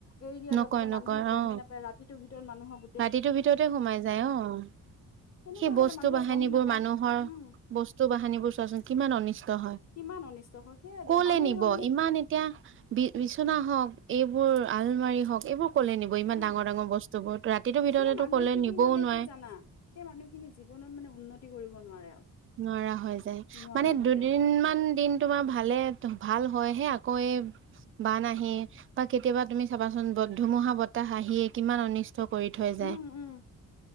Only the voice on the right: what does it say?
নকয়
নকয়
অ
ৰাতিটোৰ ভিতৰতে সোমাই যায় অ',
সেই বস্তু
বাহিনীবোৰ
মানুহৰ
বস্তু বাহানীবোৰ চোৱাচোন, কিমান অনিষ্ট হয়
কলে
নিব
ইমান এতিয়া বি বিচনা হওক, এইবোৰ আলমাৰি হওক এইবোৰ ক'লে নিব ইমান
ডাঙৰ, ডাঙৰ বস্তু বোৰ, ৰাতিটোৰ ভিতৰতে
টো
ক'লে নিবও
নোৱাৰে
নোৱাৰা হৈ যায়,
মানে
দুদিনমান
দিন তোমাৰ ভালে ভাল হয়, হে আকৌ এই বান আহি, বা কেতিয়াবা তুমি চাবাচোন ধুমুহা বতাহ আহি কিমান অনিষ্ট কৰি থৈ যায়,